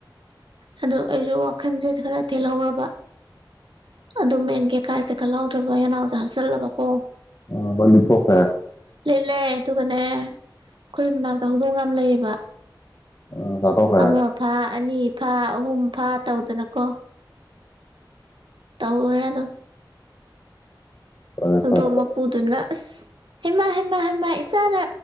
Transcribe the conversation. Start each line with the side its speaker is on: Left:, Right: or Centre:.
Right: ꯑꯗꯨ ꯑꯩꯁꯨ ꯋꯥꯈꯜꯁꯦ ꯈꯔ ꯊꯦꯜꯍꯧꯔꯕ ꯑꯗꯨ ꯃꯦꯟ ꯀꯦꯀꯥꯏꯁꯦ ꯈꯜꯍꯥꯎꯗ꯭ꯔꯕ ꯌꯦꯅꯥꯎꯁꯦ ꯍꯥꯞꯆꯤꯜꯂꯕꯀꯣ
Left: ꯑꯥ ꯂꯣꯏ ꯂꯤꯠꯊꯣꯛꯈ꯭ꯔꯦ
Right: ꯂꯤꯠꯂꯦ ꯑꯗꯨꯒꯅꯦ ꯑꯩꯣꯏ ꯃꯅꯥꯔꯗ ꯍ ꯗꯣ ꯌꯥꯝ ꯂꯩꯌꯦꯕ
Left: ꯑꯥ ꯆꯥꯊꯣꯛꯈ꯭ꯔꯦ
Right: ꯑꯃ ꯐꯥ ꯑꯅꯤ ꯐ ꯍꯍꯨꯝ ꯐꯥꯠ ꯇꯧꯗꯅꯀꯣ ꯇꯧꯔꯦ ꯑꯗꯨꯝ
Left: ꯐꯔꯦ
Right: ꯍꯧꯗꯣꯡ
Left: ꯐꯔꯦ
Right: ꯃꯄꯨꯗꯨꯅ ꯑꯁ ꯍꯦꯃ ꯍꯦꯃꯥ ꯍꯩꯃ ꯏꯆꯥꯅ